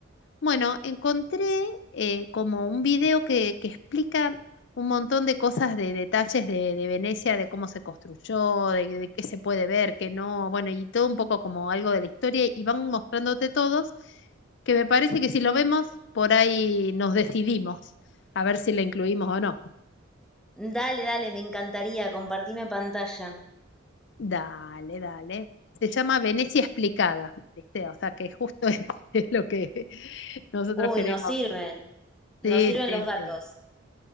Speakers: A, on the left; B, in the centre.
A: Bueno, encontré eh, como un video que, que explica un montón de cosas, de detalles de, de Venecia, de cómo se construyó, de, de qué se puede ver, qué no, bueno, y todo un poco como algo de la historia, y van mostrándote todos, que me parece que si lo vemos, por ahí nos decidimos a ver si la incluimos o no.
B: Dale, dale, me encantaría, compartime pantalla.
A: Dale, dale. Se llama Venecia explicada, ¿viste? O sea, que justo <laughs> es, es lo que nosotros
B: Uy,
A: queremos.
B: nos sirven, nos
A: Sí,
B: sirven
A: sí,
B: los datos.
A: sí,